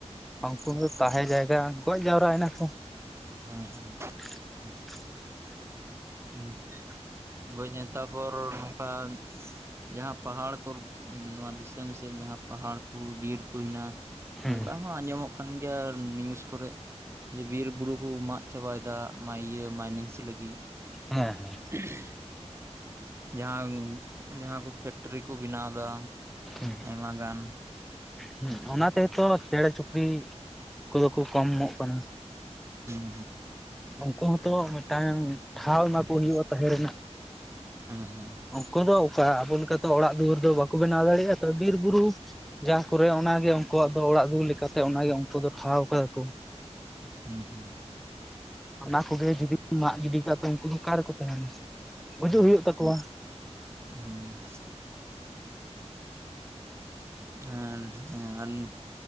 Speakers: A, in the centre; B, on the right (about 20°).
A: ᱩᱝᱠᱩ ᱫᱚ ᱛᱟᱦᱮᱸ ᱡᱟᱭᱜᱟ, ᱜᱚᱡ ᱡᱟᱣᱨᱟᱭᱱᱟ ᱠᱚ᱾
B: ᱦᱮᱸ ᱦᱮᱸ᱾
A: ᱦᱩᱸ᱾
B: ᱦᱩᱸ, ᱜᱚᱡᱱᱟ, ᱛᱟᱯᱚᱨ ᱱᱚᱝᱠᱟ ᱡᱟᱦᱟᱸ ᱯᱟᱦᱟᱲ ᱠᱚ, ᱱᱚᱣᱟ ᱫᱤᱥᱚᱢ ᱥᱮᱫ ᱡᱟᱦᱟᱸ ᱯᱟᱦᱟᱲ ᱠᱚ, ᱵᱤᱨᱠᱩ ᱢᱮᱱᱟᱜ-ᱟ
A: ᱦᱩᱸ
B: ᱱᱚᱝᱠᱟ ᱦᱚᱸ ᱟᱸᱡᱚᱢᱚᱜ ᱠᱟᱱ ᱜᱮᱭᱟ ᱱᱤᱭᱩᱡ ᱠᱚᱨᱮ, ᱡᱮ ᱵᱤᱨ ᱵᱩᱨᱩ ᱠᱚ ᱢᱟᱜ ᱪᱟᱵᱟᱭᱫᱟ ᱤᱭᱟᱹ ᱢᱟᱭᱱᱤᱝ ᱠᱩᱥᱤ ᱞᱟᱹᱜᱤᱫ᱾
A: ᱦᱮᱸ ᱦᱮᱸ᱾
B: <unintelligible> ᱡᱟᱦᱟᱸ, ᱡᱟᱦᱟᱸ ᱠᱚ ᱯᱷᱮᱠᱴᱨᱤ ᱠᱚ ᱵᱮᱱᱟᱣᱫᱟ
A: ᱦᱩᱸ
B: ᱟᱭᱢ ᱜᱟᱱ᱾
A: ᱦᱩᱸ, ᱚᱱᱟ ᱛᱮᱛᱚ ᱪᱮᱬᱮ ᱪᱩᱯᱲᱤ ᱠᱚᱫᱚ ᱠᱚ ᱠᱚᱢᱚᱜ ᱠᱟᱱᱟ᱾
B: ᱦᱩᱸ
A: ᱩᱱᱠᱩ ᱦᱚᱸᱛᱚ ᱢᱤᱫᱴᱟᱝ ᱴᱷᱟᱶ ᱮᱢᱟᱠᱚ ᱦᱩᱭᱩᱜ-ᱟ ᱛᱟᱦᱮᱸ ᱨᱮᱱᱟᱜ᱾
B: ᱦᱩᱸ ᱦᱩᱸ
A: ᱩᱱᱠᱩ ᱫᱚ ᱚᱠᱟ ᱟᱵᱚ ᱞᱮᱠᱟ ᱞᱮᱠᱟᱛᱮ ᱚᱲᱟᱜ ᱫᱩᱣᱟᱹᱨ ᱫᱚ ᱵᱟᱠᱚ ᱵᱮᱱᱟᱣ ᱫᱟᱲᱮᱭᱟᱜᱼᱟ ᱛᱚ ᱵᱤᱨᱼᱵᱩᱨᱩᱼᱼ ᱠᱚᱨᱮ ᱚᱱᱟᱜᱮ ᱩᱱᱠᱩᱣᱟᱜ ᱫᱚ ᱚᱲᱟᱜ ᱫᱩᱣᱟᱹᱨ ᱞᱮᱠᱟᱛᱮ ᱚᱱᱟᱜᱮ ᱩᱱᱠᱩ ᱫᱚ ᱴᱷᱟᱶ ᱠᱟᱫᱟ ᱠᱚ
B: <unintelligible>
A: ᱚᱱᱟ ᱠᱚᱜᱮ ᱡᱩᱫᱤᱢ ᱢᱟᱜ ᱜᱤᱰᱤ ᱠᱟᱜ ᱛᱚ ᱩᱱᱠᱩ ᱫᱚ ᱚᱠᱟ ᱨᱮᱠᱚ ᱛᱟᱦᱮᱱᱟ ᱜᱩᱡᱩᱜ
B: ᱦᱮᱸ
A: ᱦᱩᱭᱩᱜ ᱛᱟᱠᱚᱣᱟ᱾
B: ᱦᱩᱸ <unintelligible>